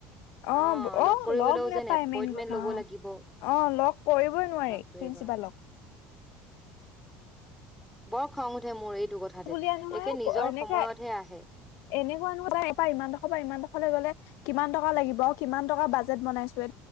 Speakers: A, on the left; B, in the centre.
A: অহ',
B: অ
A: - অহ
B: কৰিবলৈও
A: ', লগ নাপায়
B: যেন এপইন্টমেন্ট
A: মেইন কথা
B: ল'ব
A: অ',
B: লাগিব
A: -অ ', লগ কৰিবই নোৱাৰি
B: বাপৰে
A: প্ৰিন্সিপালক।
B: বাপ বৰ খং উঠে মোৰ এইটো, কথাতে
A: বুলিয়ে নহয়
B: একে নিজৰ
A: এনেকাে-
B: সময়তহে আহে
A: এনেকুৱা নহয় ইমানডোখৰ পৰা ইমান ডোখৰলৈ গ'লে, কিমান টকা লাগিব, কিমান টকা বাজেট বনাইছো,